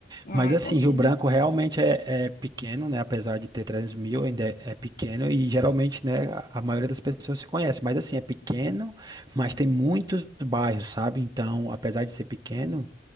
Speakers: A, on the left; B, on the right.
A: Ah,
B: Mas
A: é
B: assim,
A: pouquinho.
B: Rio Branco realmente é, é pequeno, né? Apesar de ter 300 mil, ainda é, é pequeno e geralmente, né, a, a maioria das pessoas se conhece. Mas assim, é pequeno, mas tem muitos bairros, sabe? Então, apesar de ser pequeno,